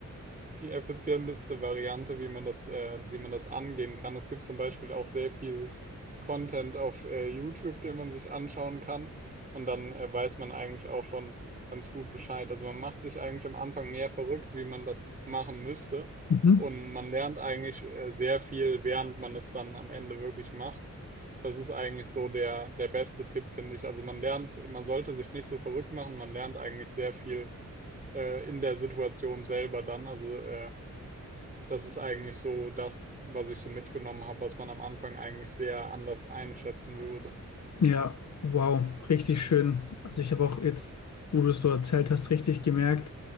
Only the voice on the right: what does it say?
die effizienteste Variante, wie man das, äh, wie man das angehen kann. Es gibt zum Beispiel auch sehr viel Content auf äh, YouTube, den man sich anschauen kann. Und dann äh, weiß man eigentlich auch schon ganz gut Bescheid. Also man macht sich eigentlich am Anfang mehr verrückt, wie man das machen müsste.
Und man lernt eigentlich äh, sehr viel, während man es dann am Ende wirklich macht. Das ist eigentlich so der, der beste Tipp, finde ich. Also man lernt, man sollte sich nicht so verrückt machen, man lernt eigentlich sehr viel äh, in der Situation selber dann. Also äh, das ist eigentlich so das, was ich so mitgenommen habe, was man am Anfang eigentlich sehr anders einschätzen würde.